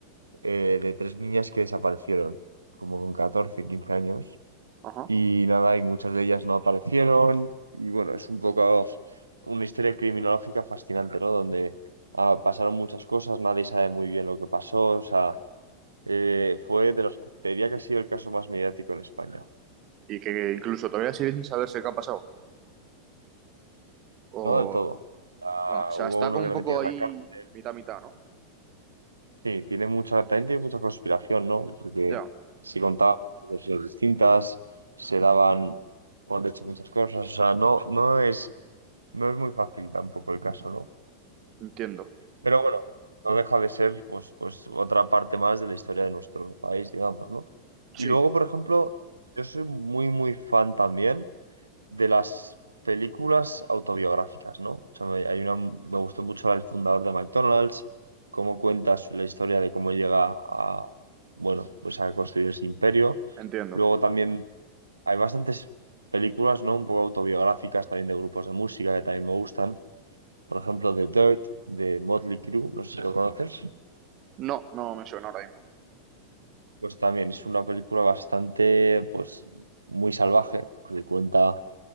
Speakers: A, on the right; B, on the right.
A: eh, de tres niñas que desaparecieron, como con 14 15 años.
B: Ajá.
A: y nada, y muchas de ellas no aparecieron. Y bueno, es un poco una historia criminológica fascinante, ¿no? Donde ah, pasaron muchas cosas, nadie sabe muy bien lo que pasó, o sea, eh, fue de los, te diría que ha sido el caso más mediático en España,
B: Y que incluso todavía sigue sin saberse qué ha pasado. O.
A: no del todo. Ah,
B: ah, o sea,
A: hubo
B: está
A: uno
B: como
A: que
B: un
A: lo
B: poco
A: metieron
B: ahí
A: en la cárcel.
B: mitad mitad, ¿no?
A: Sí, tiene mucha, también tiene mucha conspiración, ¿no? Porque
B: Ya,
A: se contaban muchas versiones distintas, se daban por hecho muchas cosas, o sea, no, no es, no es muy fácil tampoco el caso, ¿no?
B: entiendo.
A: Pero bueno, no deja de ser pues, pues otra parte más de la historia de nuestro país, digamos, ¿no? Y
B: Sí,
A: luego, por ejemplo, yo soy muy, muy fan también de las películas autobiográficas, ¿no? O sea, me- hay una, me gustó mucho la del fundador de McDonald's, cómo cuenta su- la historia de cómo llega a, bueno, pues a construir ese imperio.
B: entiendo.
A: Luego también hay bastantes películas, ¿no? Un poco autobiográficas también de grupos de música que también me gustan por ejemplo, The Dirt de Motley Crue, no sé si lo conoces,
B: No, no me suena ahora mismo.
A: pues también es una película bastante, pues, muy salvaje, que cuenta